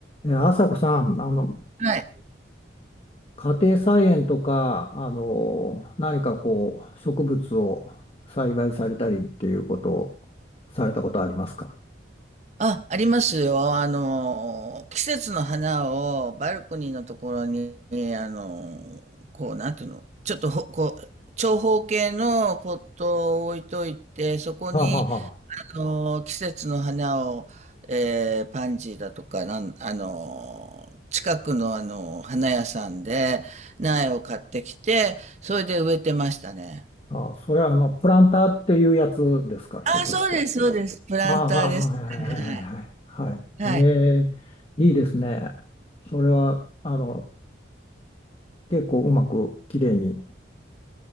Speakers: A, on the left; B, on the right.
A: え、朝子さん、あの、
B: はい。
A: 家庭菜園とか、あの、何かこう、植物を栽培されたりっていうことをされたことありますか
B: あ、ありますよ。あの、季節の花をバルコニーのところに、あの、こう、なんていうの、ちょっとほ、こう、長方形のポットを置いといて、そこに、
A: はあはあは
B: あの、季節の花を、えーパンジーだとか、なん、あの、近くのあの、花屋さんで苗を買ってきて、それで植えてましたね。
A: あ。あ、それはあの、プランターっていうやつですか、ひょっとして。
B: あ、そうです、そうです。プランターです。
A: ああ、はいはいはいはいはい。
B: はい。
A: はい。え
B: はい。
A: え、いいですね。それは、あの、結構うまくきれいに